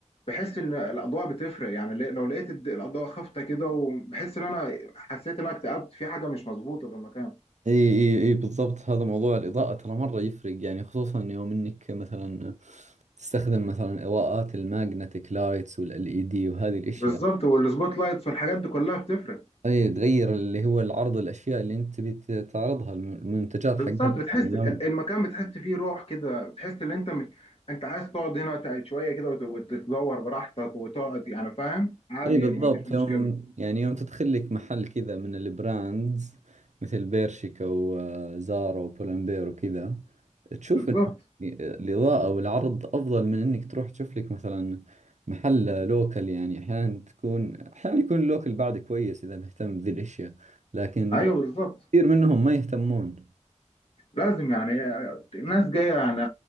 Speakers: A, on the left (about 50°); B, on the right (about 70°).
A: بحس ان الاضواء بتفرق يعني ل- لو لقيت الد- الاضواء خافته كده وبحس ان انا حسيت ان انا اكتئبت في حاجه مش مظبوطه في المكان
B: اي اي اي بالضبط هذا موضوع الإضاءة ترى مرة يفرق يعني خصوصا يوم انك مثلا تستخدم مثلا إضاءات الماجنتيك لايتس والال اي دي وهذه الاشياء
A: بالظبط والسبوت لايتس والحاجات دي كلها بتفرق
B: اي تغير اللي هو العرض الاشياء اللي انت تبي تعرضها الم- المنتجات
A: بالظبط
B: حقتك
A: بتحس
B: يعني يوم
A: ال- المكان بتحس فيه روح كده بتحس ان انت مش انت عايز تقعد هنا تع- شويه كده وت- وتتدور براحتك وتقعد يعني فاهم عادي
B: اي بالضبط
A: ما فيش مشكله
B: يوم يعني يوم تدخل لك محل كذا من البراندز مثل بيرشيكا وزارا وبولمبير وكذا تشوف
A: بالظبط
B: انه الاضاءة والعرض افضل من انك تروح تشوف لك مثلا محل لوكل يعني احيانا تكون احيانا يكون اللوكل بعد كويس اذا مهتم بذي الاشياء لكن
A: ايوه
B: ب-
A: بالظبط
B: كثير منهم ما يهتمون
A: لازم يعني الناس جاية يعني